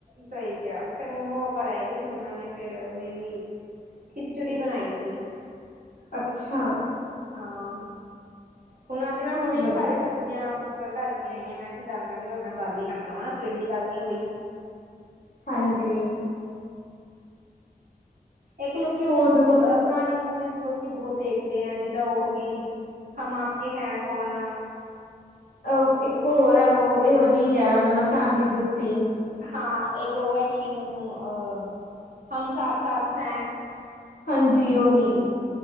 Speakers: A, on the right; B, on the left.
A: ਸਹੀ ਕਿਹਾ ਫੇਰ ਮੰਮਾ-ਪਾਪਾ ਰਹਿ ਗਈ ਸੀ ਉਹਨਾਂ ਨੇ ਫੇਰ ਮੇਬੀ ਖਿਚੜੀ ਬਣਾਈ ਸੀ।
B: ਅੱਛਾ!
A: ਹਾਂ, ਹੁਣ ਅੱਜ ਮੈਂ ਹੁਣੇ
B: ਵਧੀਆ
A: ਹੀ ਸਾਰੀ ਸਬਜ਼ੀਆਂ ਕੁ ਰ ਧਰ ਕੇ ਆਈ ਆ ਮੈਂ ਕਿਹਾ ਚੱਲ ਮੈਂ ਕਿਹਾ ਤੁਹਾਡੇ ਨਾਲ ਗੱਲ ਹੀ ਕਰ ਲਵਾ, ਸਵੇਰ ਦੀ ਗੱਲ ਨੀ ਹੋਈ।
B: ਹਾਂਜੀ।
A: ਇੱਕ ਲੋਕੀ
B: ਹੋਰ
A: ਮੂਵੀ
B: ਦੱਸੋ?
A: ਬਹੁਤ ਪੁਰਾਣੀ ਮੂਵੀਜ਼ ਲੋਕ ਬਹੁਤ ਦੇਖਦੇ ਆ ਜਿੱਦਾਂ ਉਹ ਗਈ, ਹਮ ਆਪ ਕੇ ਹੈ ਕੌਣ।
B: ਅ ਇੱਕ ਹੋਰ ਹੈ ਉਹ ਇਹੋ ਜਿਹੀ ਹੈ, ਮਤਲਬ ਫੈਮਿਲੀ ਦੇ ਉੱਤੇ ਹੀ।
A: ਹਾਂ ਇੱਕ ਉਹ ਹੈ ਕਿ ਕਹਿੰਦੇ ਓਨੂੰ ਅ ਹਮ ਸਾਥ- ਸਾਥ ਹੈ।
B: ਹਾਂਜੀ ਓਹੀ।